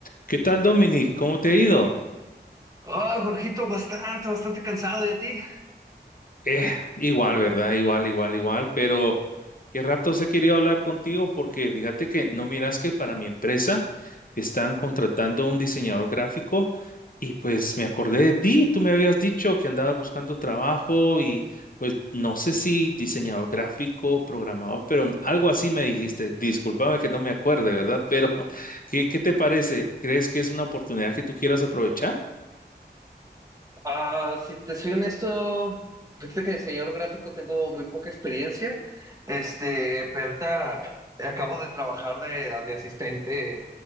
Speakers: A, on the left; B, on the right.
A: ¿Qué tal, Dominic? ¿Cómo te ha ido?
B: Ah, Jorgito, bastante, bastante cansado. ¿Y a ti?
A: Eh, igual, ¿verdad? Igual, igual, igual, pero qué rato he querido hablar contigo porque fíjate que no miras que para mi empresa están contratando un diseñador gráfico y pues me acordé de ti, tú me habías dicho que andabas buscando trabajo y pues no sé si diseñador gráfico, programador, pero algo así me dijiste. Discúlpame que no me acuerde, ¿verdad? Pero <laughs> ¿qué, qué te parece? ¿Crees que es una oportunidad que tú quieras aprovechar?
B: Ah, si te soy honesto, fíjate que de diseñador gráfico tengo muy poca experiencia. Este, pero ahorita acabo de trabajar de, de asistente